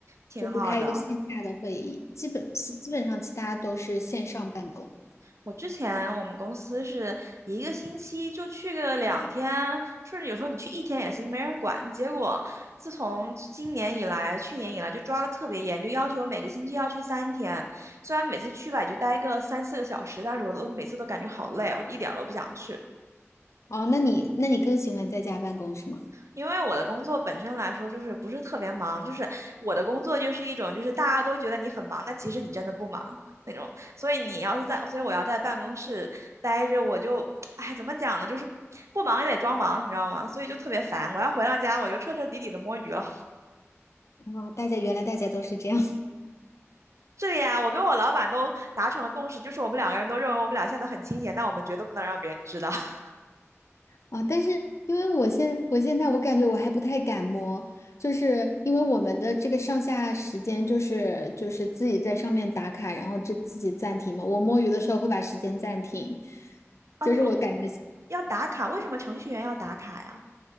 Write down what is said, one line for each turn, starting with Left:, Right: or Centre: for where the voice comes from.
Right: 挺好的。
Left: 就是开一个线下的会议，基本基本上其他都是线上办公。
Right: 我之前我们公司是一个星期就去个两天，甚至有时候你去一天也行，没人管。结果自从今年以来，去年以来就抓的特别严，就要求每个星期要去三天。虽然每次去吧也就待个三四个小时，但是我都每次都感觉好累哦，一点儿都不想去。
Left: 哦，那你那你更喜欢在家办公是吗？
Right: 因为我的工作本身来说就是不是特别忙，就是我的工作就是一种就是大家都觉得你很忙，但其实你真的不忙那种。所以你要是在，所以我要在办公室待着，我就，哎，怎么讲呢？就是不忙也得装忙，你知道吗？所以就特别烦。我要回到家，我就彻彻底底的摸鱼了。
Left: 哦，大家原来大家都是这样
Right: 这里啊，我跟我老板都达成了共识，就是我们两个人都认为我们俩现在都很清闲，但我们绝对不能让别人知道。<laughs>
Left: 啊、哦但是因为我现我现在我感觉我还不太敢摸，就是因为我们的这个上下时间就是就是自己在上面打卡，然后自自己暂停嘛。我摸鱼的时候会把时间暂停，
Right: 啊，
Left: 就是我感觉
Right: 你们要打卡，为什么程序员要打卡呀？